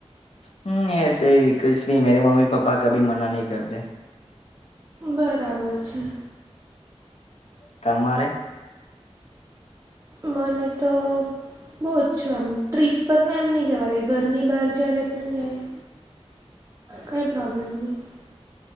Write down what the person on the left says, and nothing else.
હમ એસે હી કુછ ભી મેરે મમ્મી પપ્પા કભી મના નહી કરતે.
તમારે.